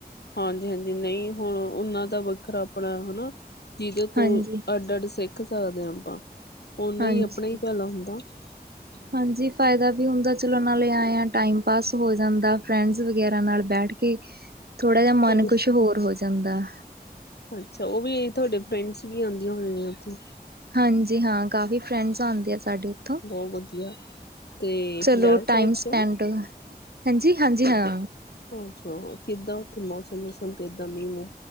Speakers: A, on the left (about 80°); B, on the right (about 70°).
A: ਹਾਂਜੀ-ਹਾਂਜੀ ਨਈ ਹੁਣ ਔਨ੍ਹਾਂ ਦਾ ਵੱਖਰਾ ਅਪਣਾ ਹਨਾ? ਜਿਅਦੇ ਤੋਂ
B: ਹਾਂਜੀ
A: ਅੱਡ-ਅੱਡ ਸਿੱਖ ਸਕਦੇ ਹਾਂ ਅਪਾਂ, ਔਨਾਂ
B: ਹਾਂਜੀ
A: ਈ ਅਪਣਾ ਈ ਭਲਾ ਹੁੰਦਾ। ਹ <inaudible>
B: ਹਾਂਜੀ ਫ਼ਾਇਦਾ ਵੀ ਹੁੰਦਾ, ਚਲੋ ਨਾਲੇ ਆਏ ਆ ਟਾਈਮ ਪਾਸ ਹੋ ਜਾਂਦਾ ਫਰੈਂਡਸ ਵਗੈਰਾ ਨਾਲ ਬੈਠ ਕੇ ਥੋੜਾ ਜਹਾ
A: ਤੁਹਾਡੇ
B: ਮਨ ਕੁਛ ਹੋਰ ਹੋ ਜਾਂਦਾ।
A: ਅੱਛਾ ਉਹ ਵੀ ਤੁਹਾਡੇ ਫਰੈਂਡਸ ਵੀ ਆਉਂਦੀਆਂ ਹੋਨਿਆਂ ਨੇ ਔਥੇ।
B: ਹਾਂਜੀ ਹਾਂ ਕਾਫ਼ੀ ਫਰੈਂਡਸ ਆਂਦੀ ਸਾਡੇ ਏਥੋਂ,
A: ਬਹੁਤ ਵਧੀਆ ਤੇ
B: ਚਲੋ
A: ਪੰਜਾਬ
B: ਟਾਈਮ
A: ਸਾਈਡ
B: ਸਪੈਂਡ।
A: ਚੋਂ
B: ਹੈਂਜੀ ਹਾਂਜੀ ਹਾਂ।
A: ਹੋਰ ਸੁਣਾਓ, ਕਿੱਦਾਂ ਔਥੇ ਮੌਸਮ ਮੂਸਮ ਕਿੱਦਾਂ ਮੀਂਹ ਮੁਹ?